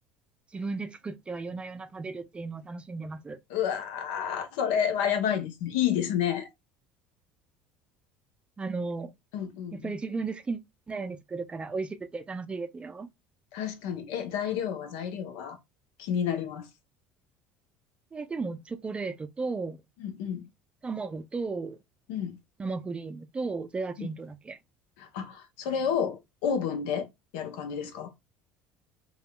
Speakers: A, on the right; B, on the left.
A: 自分で作っては夜な夜な食べるっていうのを楽しんでます。
B: うわー、それはやばいですね。いいですね。
A: あの、
B: うんうん。
A: やっぱり自分で好きなように作るから美味しくて楽しいですよ。
B: 確かに。え、材料は材料は気になります。
A: え、でも、チョコレートと、
B: うんうん。
A: 卵と、
B: うん
A: 生クリームと、ゼラチンとだけ。
B: うん。あ、それをオーブンでやる感じですか